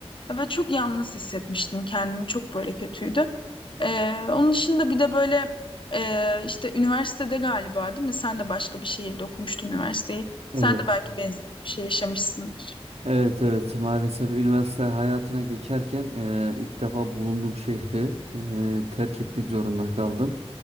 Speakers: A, on the left; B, on the right.
A: Ya çok yalnız hissetmiştim kendimi. Çok böyle kötüydü. Ee, onun dışında bir de böyle e, işte üniversitede galiba değil mi? Sen de başka bir şehirde okumuştun üniversiteyi. Sen
B: Evet.
A: de belki benzer bir şey yaşamışsındır.
B: Evet evet maalesef üniversite hayatına geçerken eee, ilk defa bulunduğum şehri eee, terk etmek zorunda kaldım.